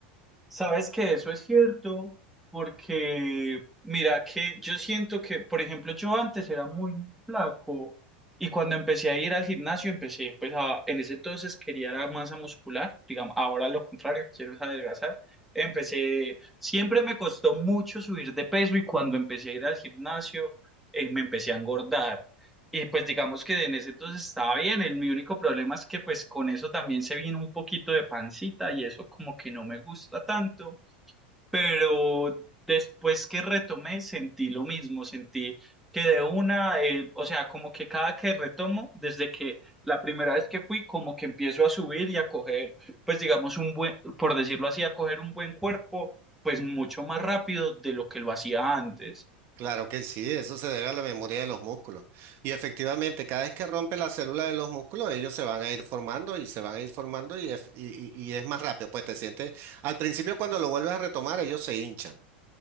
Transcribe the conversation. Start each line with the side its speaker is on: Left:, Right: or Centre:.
Centre: Sabes que eso es cierto, porque mira que yo siento que, por ejemplo, yo antes era muy flaco y cuando empecé a ir al gimnasio empecé, pues a, en ese entonces quería la masa muscular, digamos, ahora lo contrario, quiero es adelgazar. Empecé, siempre me costó mucho subir de peso y cuando empecé a ir al gimnasio eh, me empecé a engordar. Y pues digamos que en ese entonces estaba bien, el, mi único problema es que pues con eso también se vino un poquito de pancita y eso como que no me gusta tanto, pero después que retomé sentí lo mismo, sentí que de una, eh, o sea, como que cada que retomo, desde que la primera vez que fui, como que empiezo a subir y a coger, pues digamos un buen, por decirlo así, a coger un buen cuerpo, pues mucho más rápido de lo que lo hacía antes.
Right: Claro que sí, eso se debe a la memoria de los músculos. Y efectivamente, cada vez que rompe la célula de los músculos, ellos se van a ir formando y se van a ir formando y, ef- y, y- y es más rápido. Pues te sientes, al principio cuando lo vuelves a retomar, ellos se hinchan.